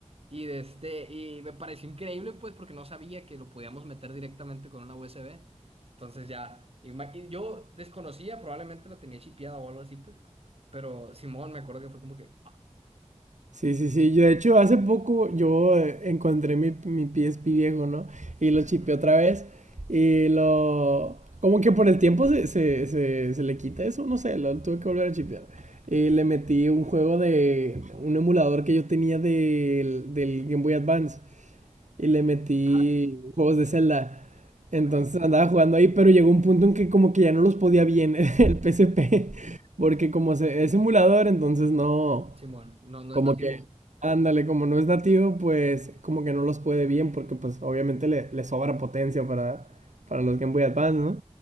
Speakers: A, on the right; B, on the right.
A: Y de este, y me pareció increíble, pues, porque no sabía que lo podíamos meter directamente con una USB. Entonces ya, y ma- y yo desconocía, probablemente la tenía chipeada o algo así, pues. Pero Simón, me acuerdo que fue como que, ah,
B: Sí, sí, sí. Yo, de hecho, hace poco yo eh, encontré mi, mi PSP viejo, ¿no? Y lo chipé
A: ujú,
B: otra vez. Y lo... Como que por el tiempo se, se, se, se le quita eso, no sé, lo tuve que volver a chipear. Y le metí un juego de... Un emulador que yo tenía del, del Game Boy Advance. y le metí
A: ajá,
B: juegos de Zelda. Entonces
A: ajá,
B: andaba jugando ahí, pero llegó un punto en que como que ya no los podía bien <laughs> el P S P porque como se- es emulador, entonces no,
A: Simón, no, no
B: como
A: es nativo.
B: que, ándale, como no es nativo, pues como que no los puede bien, porque pues obviamente le, le sobra potencia para, para los Game Boy Advance, ¿no?